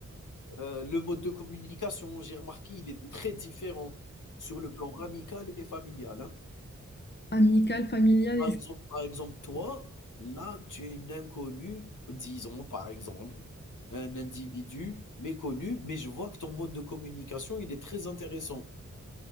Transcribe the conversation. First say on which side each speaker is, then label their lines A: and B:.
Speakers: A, on the left; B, on the left.
A: heu, le mode de communication, j'ai remarqué, il est très différent sur le plan amical et familial, hein.
B: Amical, familial
A: Par
B: et
A: exemple par exemple, toi, là, tu es une inconnue, disons, par exemple, un individu méconnu, mais je vois que ton mode de communication, il est très intéressant.